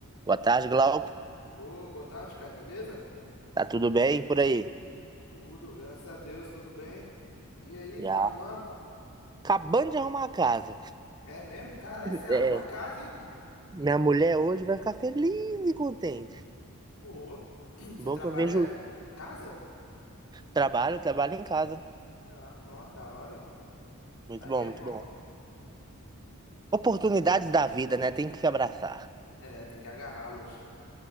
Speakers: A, on the right; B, on the left.
A: Boa tarde, Glauco.
B: Ô, boa tarde, Caio, beleza?
A: Tá tudo bem por aí?
B: Tudo, graças a Deus, tudo bem. E aí,
A: Já.
B: tá arrumando?
A: Acabando de arrumar a casa.
B: É mesmo? Caralho,
A: <laughs>
B: você arruma
A: É,
B: a casa, hein?
A: minha mulher hoje vai ficar feliz e contente.
B: Pô, <clears throat> você
A: Bom
B: trabalha
A: que eu vejo
B: em casa?
A: trabalho, trabalho em casa.
B: Ah, não, da hora.
A: Muito
B: Aí
A: bom,
B: é
A: muito
B: bom.
A: bom.
B: hein?
A: Oportunidades
B: E- <clears throat>
A: da vida, né? Tem que se abraçar.
B: É, tem que agarrá-las.